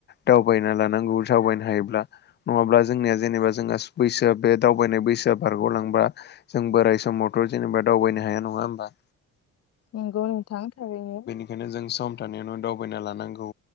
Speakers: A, on the left (about 35°); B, on the left (about 55°).
A: दावबायना लानांगौ दावबायनो हायोब्ला नङाब्ला जोंनिया जेनेबा जोंहा बैसोआ बे दावबायनाय बैसोआ बारग'लांबा जों बोराय समावथ' जेनेबा दावबायनो हाया नङा होमबा।
B: नंगौ नोंथां थारैनो
A: बेखायनो जों सम थानायावनो दा दावबायना लानांगौ